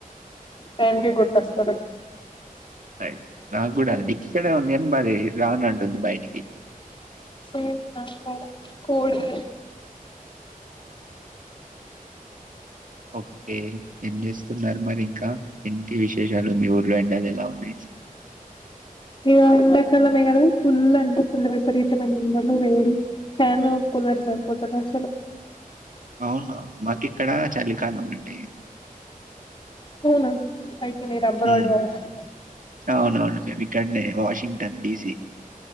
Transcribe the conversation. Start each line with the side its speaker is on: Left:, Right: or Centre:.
Left: టైమ్కి గుర్తస్తాలే
Right: అయితే నా కూడా అండి ఇక్కడ వంద ఎంబది రావనాంంట ఉంది బయక్
Left: సేమ్ కోడి
Right: ఓకే ఏం చేస్తున్నారు మరి ఇంకా ఇంటి విశేషాలు మీ ఊర్లో ఎంండాల ఎలా ఉన్నాయి
Left: ఇగ ఎండాకాలమే కదా ఫుల్ అంటే ఫుల్ విపరీతమైన ఉండలు వేడి ఫ్యాన్ కూలర్స్యిపోతారు అసలు
Right: అవునా మాకు ఇక్కడ చలికాలం అండి
Left: అవునా అయితే మీరు అబ్రాడ్
Right: మ్మ్
Left: కావచ్చు
Right: అవునవును మే ఇక్కడనే వాషింగ్న్ ఎబీసి